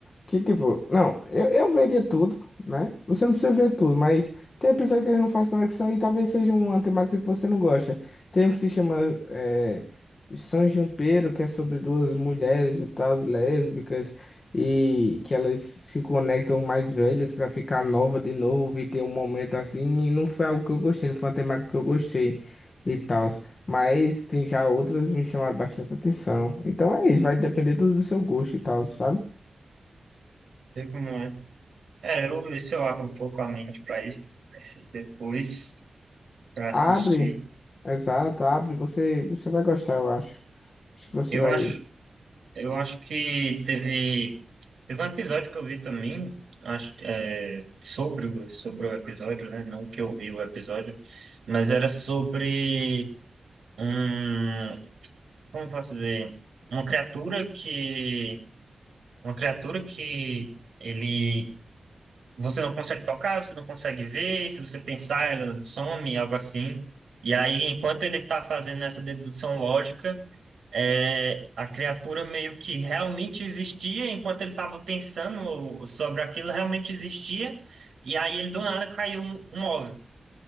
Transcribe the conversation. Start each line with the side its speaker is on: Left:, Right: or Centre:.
Left: que, tipo, não, eu, eu veria tudo, né? Você não precisa ver tudo, mas tem episódio que ele não faz conexão e talvez seja uma temática que você não gosta. Tem um que se chama é, San Junipero, que é sobre duas mulheres e tal, lésbicas, e que elas se conectam mais velhas pra ficar nova de novo e ter um momento assim, e não foi algo que eu gostei, não foi uma temática que eu gostei e tal. Mas tem já outras que me chamaram bastante atenção. Então é isso, vai depender do, do seu gosto e tal, sabe?
Right: Sei como é. É, eu vou ver se eu abro um pouco a mente para isso, pra esse- depois para assistir.
Left: Abre, exato, abre, você, você vai gostar, eu acho. Acho que você
Right: Eu
Left: vai.
Right: acho Eu acho que teve, teve um episódio que eu vi também, acho, que, é, sobre, o- sobre o episódio, né? Não que eu vi o episódio, mas era sobre um, como eu posso dizer, uma criatura que, uma criatura que ele, você não consegue tocar, você não consegue ver, e se você pensar, ela some, algo assim. E aí, enquanto ele está fazendo essa dedução lógica é, a criatura meio que realmente existia, enquanto ele estava pensando sobre aquilo, realmente existia, e aí ele do nada caiu um, um óvulo,